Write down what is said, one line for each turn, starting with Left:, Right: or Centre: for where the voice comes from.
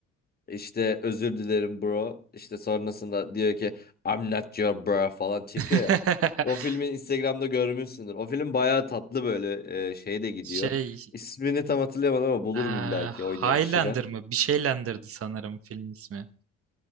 Left: İşte özür dilerim bro. İşte sonrasında diyor ki I'm not your bro falan çekiyor
Right: <laughs>
Left: ya. O filmi Instagram'da görmüşsündür. O film bayağı tatlı böyle e, şeye de gidiyor.
Right: Şey
Left: İsmini tam hatırlayamadım ama bulurum
Right: Ee,
Left: illa ki oynayan
Right: Highlander
Left: kişiden.
Right: mı? Bir şeylendirdi sanırım film ismi.